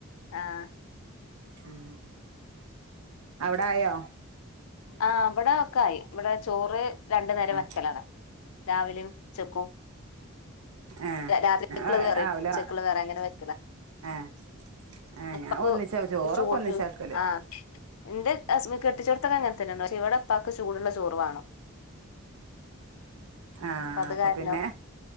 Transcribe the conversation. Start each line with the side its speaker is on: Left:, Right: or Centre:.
Left: ആഹ്
Right: ഉം അവിടായോ
Left: ആ അവിടെ ഒക്ക ആയി ഇവിടെ ചോറ് രണ്ടു നേരം
Right: ആ
Left: വെക്കലാണ് രാവിലെയും ഉച്ചക്കും
Right: ആ
Left: രാത്രിക്കള്
Right: ആ
Left: വേറയും
Right: രാവിലെ
Left: ഉച്ചക്കള് വേറെ അങ്ങനെ വെക്കലാ
Right: ആ ആ
Left: ഉപ്പക്ക്
Right: ഞാൻ ഒന്നിച്ചാ ചോറൊക്കെ
Left: ചൂട്ന്
Right: ഒന്നിച്ചാക്കല്
Left: ആഹ് എന്റെ ഹസ്ന് കെട്ടിച്ചോർത്തൊക്കെ അങ്ങനെ തന്നെയാ പക്ഷേ ഇവിടത്താക്ക് ചൂടുള്ള ചോറ് വാണം.
Right: ആഹ്
Left: അത്
Right: അപ്പൊ
Left: കാരണം
Right: പിന്നെ